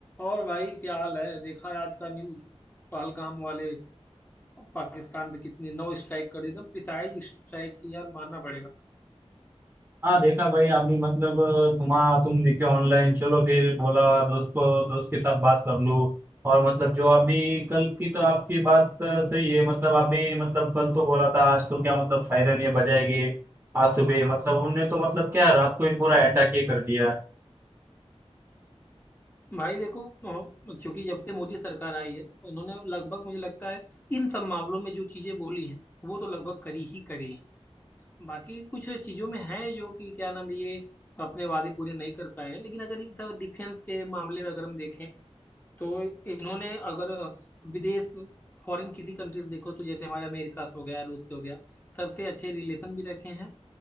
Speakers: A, on the left; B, on the right.
A: और भाई क्या हाल है देखा है आज का न्यूज पहलगाम वाले पाकिस्तान पे कितने नौ स्ट्राइक कर एकदम प्रिसाइज स्ट्राइक की यार मानना पड़ेगा
B: हाँ देखा भाई हम भी मतलब तुम्हारा तुम देखे ऑनलाइन चलो फिर बोला दोस्त को दोस्त के साथ बात कर लूँ और मतलब जो अभी कल की तो आपकी बात सही है मतलब अभी मतलब कल तो बोला था आज तो क्या मतलब सायरन ये बजाएगी आज सुबह मतलब उनने तो मतलब क्या रात को ही पूरा अटैक ही कर दिया
A: भाई देखो अ, चूंकि जब से मोदी सरकार आई है उन्होंने लगभग मुझे लगता है इन सब मामलों में जो चीजें बोली हैं वो तो लगभग करी ही करी है बाकी कुछ चीजों में है जो कि क्या नाम है, ये अपने वादे पूरे नहीं कर पाए हैं लेकिन अगर इन सब डिफेंस के मामले में अगर हम देखें तो इन्होंने अगर विदेश फॉरेन किसी कंट्रीज देखो तो जैसे हमारे अमेरिका से हो गया रूस से हो गया सबसे अच्छे रिलेशन भी रखे हैं